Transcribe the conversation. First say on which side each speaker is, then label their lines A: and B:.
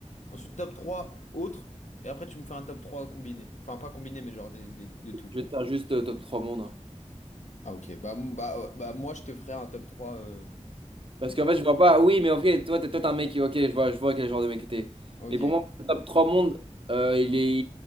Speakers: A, on the left (about 80°); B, on the right (about 45°).
A: ensuite top 3 autres, et après tu me fais un top 3 combiné. Enfin, pas combiné, mais genre des- des- de tout.
B: Je vais te faire juste euh, top 3 monde. hein.
A: Ah ok, bah, m- bah, euh, bah moi je te ferai un top 3. euh,
B: Parce
A: Ok.
B: qu'en fait, je vois pas... Oui, mais en fait, toi, t'es toi, t'es un mec... qui- Ok, je vois, je vois quel genre de mec t'es.
A: Ok.
B: Mais pour moi, le top 3 monde, euh, il est,